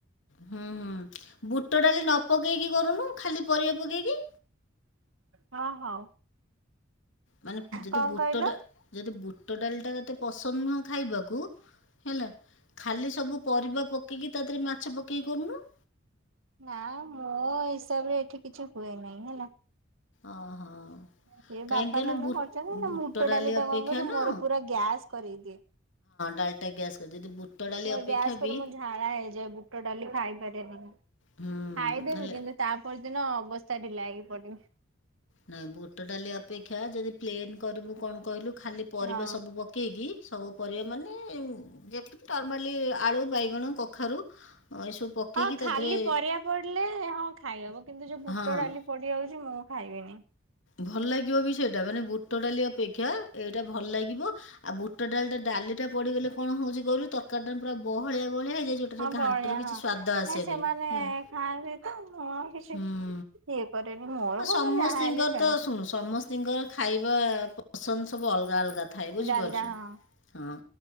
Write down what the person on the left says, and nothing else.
ହୁଁ ହୁଁ ବୁଟ ଡାଲି ନ ପକେଇକି କରୁନୁ ଖାଲି ପରିବା ପକେଇକି।
ମାନେ ଯଦି
ବୁଟଟା
ଯଦି ବୁ ବୁଟ ଡାଲିଟା ତତେ ପସନ୍ଦ ନୁହଁ ଖାଇବାକୁ ହେଲା ଖାଲି ସବୁ ପରିବା ପକେଇକି ତା ଦେହରେ ମାଛ ପକେଇକି କରୁନୁ।
ଓହୋ
କାହିଁକି
କହିଲୁ
ବୁ
ଡାଲି
ଅପେକ୍ଷା
ନା
ଡଲଟା ଗ୍ୟାସ୍ କରି ଯଦି ବୁଟ ଡାଲି
ଅପେକ୍ଷା
ବି
ହୁଁ
ନହେଲେ
ନାଇ, ବୁଟ ଡାଲି ଅପେକ୍ଷା, ଯଦି ପ୍ଲେନ କରିବୁ, କଣ କହିଲୁ? ଖାଲି ପରିବା
ସବୁ ପକେଇକି, ସବୁ ପରିବା ମାନେ ଯେକି ନର୍ମାଲି ଆଳୁ ବାଇ କଣ କଖାରୁ ଏସବୁ ପକେଇକି
ତା ଦେହରେ
ହଁ
ଭଲ ଲାଗିବ ବି। ସେଇଟା ମାନେ, ବୁଟ ଡାଲି ଅପେକ୍ଷା ଏଇଟା ଭଲ ଲାଗିବ। ଆଉ ବୁଟ ଡାଲି ଟା ଡାଲିଟା ପଡିଗଲେ, କଣ ହଉଛି କହିଲୁ? ତରକାରି ଟା ପୁରା ବହଳିଆ ବହଳିଆ ହେଇଯାଉଚି, ଯଉଟାରେ
ଘାଣ୍ଟର କିଛି
ସ୍ଵାଦ ଆସେ
ନାହି। ହେଲା
ହୁଁ
ହଁ
ସମସ୍ତଙ୍କର
ତ, ଶୁଣୁ, ସମସ୍ତଙ୍କର ଖାଇବା ପସନ୍ଦ ସବୁ ଅଲଗା ଅଲଗା ଥାଏ। ବୁଝିପାରୁଛୁ
ହଁ